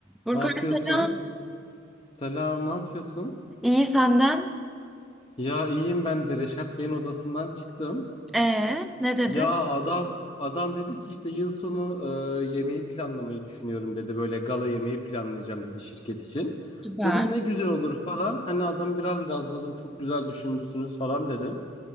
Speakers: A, in the centre; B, on the left.
A: Burkay
B: Ne yapıyorsun?
A: selam.
B: Selam, ne yapıyorsun?
A: İyi senden.
B: Ya iyiyim ben de Reşat Bey'in odasından çıktım.
A: Ee, ne dedi?
B: Ya adam adam dedi ki işte yıl sonu e, yemeği planlamayı düşünüyorum dedi. Böyle gala yemeği planlayacağım dedi şirket için.
A: Süper.
B: Dedim ne güzel olur falan. Hani adamı biraz gazladım. Çok güzel düşünmüşsünüz falan dedim.